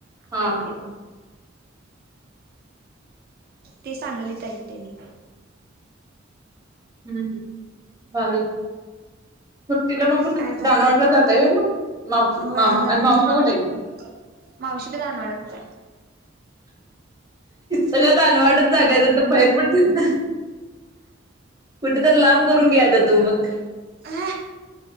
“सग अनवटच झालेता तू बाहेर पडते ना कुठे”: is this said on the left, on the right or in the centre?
Right